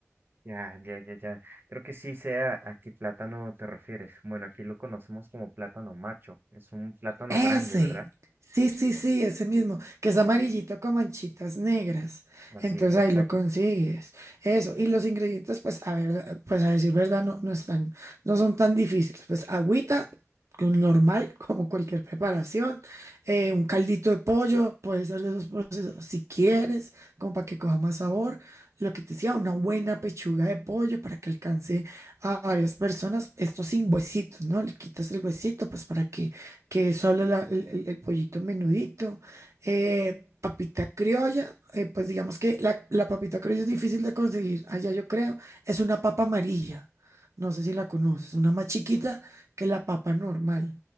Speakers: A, on the right; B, on the right.
A: Ya, ya, ya, ya. Creo que sí sé a, a qué plátano te refieres. Bueno, aquí lo conocemos como plátano macho. Es un plátano
B: Ese.
A: grande, ¿verdad?
B: Sí, sí, sí, ese mismo, que es amarillito con manchitas negras.
A: Así
B: Entonces
A: es,
B: ahí
A: exacto.
B: lo consigues. Eso. Y los ingredientes, pues, a ver, pues a decir verdad, no, no están, no son tan difíciles. Pues agüita, que un normal, <laughs> como cualquier preparación. eh, un caldito de pollo, puede ser de esos procesos, si quieres, como para que coja más sabor. Lo que te decía, una buena pechuga de pollo para que alcance a varias personas. Esto sin huesitos, ¿no? Le quitas el huesito, pues para que que es solo la- el, el- el pollito menudito, eh, papita criolla, eh, pues digamos que la, la papita criolla es difícil de conseguir allá yo creo, es una papa amarilla, no sé si la conoces, una más chiquita que la papa normal.